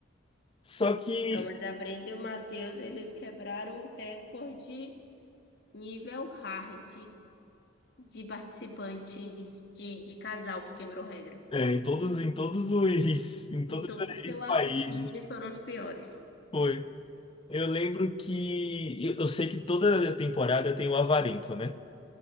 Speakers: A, on the left; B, on the left.
A: Só que
B: Não, mas a Brenda e o Matheus, eles quebraram o recorde nível hard de participantes de, de casal que quebrou regra.
A: é, em todos, em todos os, <laughs> em todos
B: Então, os que
A: os
B: eu
A: países.
B: assisti, eles foram os piores.
A: Foi. Eu lembro que eu, eu sei que toda temporada tem o avarento, né?